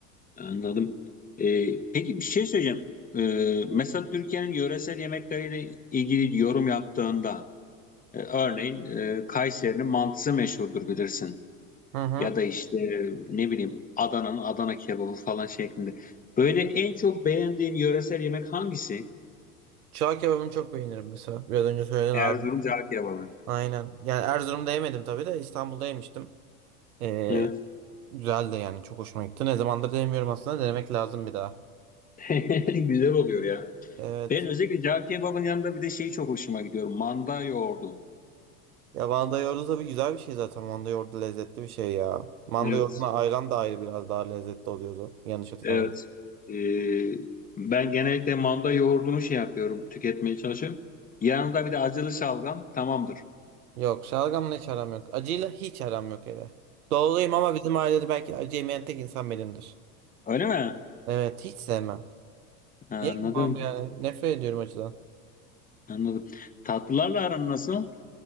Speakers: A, on the left; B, on the right.
A: Anladım. E, peki bir şey söyleyeceğim. E, mesela Türkiye'nin yöresel yemekleriyle ilgili yorum yaptığında e, örneğin e, Kayseri'nin mantısı meşhurdur bilirsin.
B: Hı hı.
A: Ya da işte ne bileyim Adana'nın Adana kebabı falan şeklinde. Böyle en çok beğendiğin yöresel yemek hangisi?
B: Çağ kebabını çok beğenirim mesela. Biraz önce söyledin
A: Erzurum
B: abi.
A: cağ kebabı.
B: Aynen. Yani Erzurum'da yemedim tabii de İstanbul'da yemiştim. Ee,
A: Evet.
B: güzel de yani çok hoşuma gitti. Ne zamandır denemiyorum aslında. Denemek lazım bir daha.
A: <laughs> Güzel oluyor ya.
B: Evet.
A: Ben özellikle cağ kebabın yanında bir de şey çok hoşuma gidiyor. Manda yoğurdu.
B: Ya manda yoğurdu tabii güzel bir şey zaten. Manda yoğurdu lezzetli bir şey ya. Manda
A: Evet.
B: yoğurduna ayran da ayrı biraz daha lezzetli oluyordu. Yanlış hatırlamıyorum.
A: Evet. Ee, ben genellikle manda yoğurdunu şey yapıyorum. Tüketmeye çalışıyorum. Yanında bir de acılı şalgam tamamdır.
B: Yok şalgamla hiç aram yok. Acıyla hiç aram yok hele. Doğuluyum ama bizim ailede belki acı yemeyen tek insan benimdir.
A: Öyle mi?
B: Evet hiç sevmem.
A: Anladım.
B: Yemem yani. Nefret ediyorum acıdan.
A: Anladım. Tatlılarla aran nasıl?